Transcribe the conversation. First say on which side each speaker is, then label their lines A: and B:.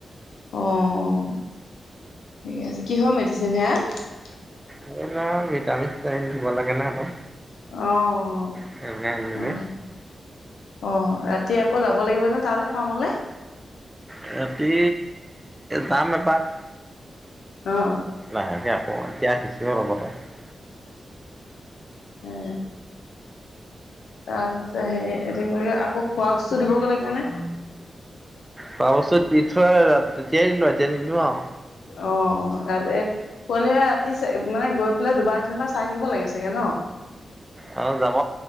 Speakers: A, on the left; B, on the right.
A: অ' অ'। ঠিকে আছে, কিহৰ মেডিচিন সেইয়া?
B: এইবিলাক ভিটামিন-চিতামিন ধে ব লাগে নহয় সিহঁতক।
A: অ'
B: সেইবিলাক আনিলোগে।
A: অ'। অ', অ' ৰাত জি আকৌ যাব লাগিব নে তালে ফাৰ্মলে?
B: ৰাতি, যাম এপাক।
A: অ
B: লাহেকে আৰু। অ', এতিয়া আহিছো হে অলপ আগত।
A: <inaudible> এ হেৰি, এইটো কি বুলি কয়, আকৌ খোৱা বস্তু দিবগৈ লাগিব নে?
B: খোৱা বস্তু দি থৈ আহিলো ৰাত, তেতিয়াই দিলো ৰাত এতিয়া নিদো আও।
A: অ' অ', ৰাত এ পোৱালিবিলাক ৰাতি চাই-মানে গৈ পেলাই দুবাৰ তিনিবাৰ চাই থাকিব লাগে চাগে ন?
B: অঁ যাব